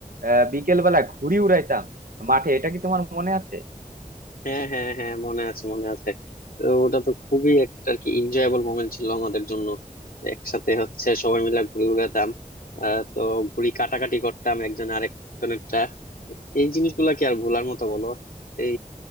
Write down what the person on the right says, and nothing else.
আহ বিকেল বেলা ঘুড়ি উড়াইতাম মাঠে এটা কি তোমার মনে আছে